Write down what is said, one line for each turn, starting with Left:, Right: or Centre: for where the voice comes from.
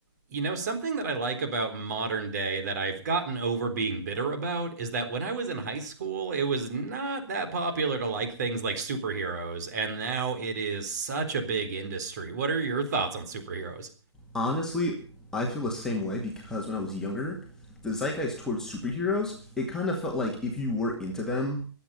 Right: You know, something that I like about modern day that I've gotten over being bitter about is that when I was in high school, it was not that popular to like things like superheroes, and now it is such a big industry. What are your thoughts on superheroes?
Centre: Honestly, I feel the same way because when I was younger, the zeitgeist towards superheroes, it kind of felt like if you were into them,